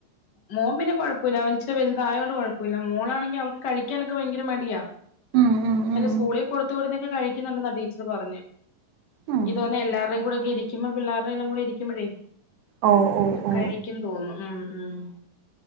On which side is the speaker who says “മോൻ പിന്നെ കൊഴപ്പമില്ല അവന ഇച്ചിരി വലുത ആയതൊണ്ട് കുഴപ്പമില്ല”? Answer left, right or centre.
Left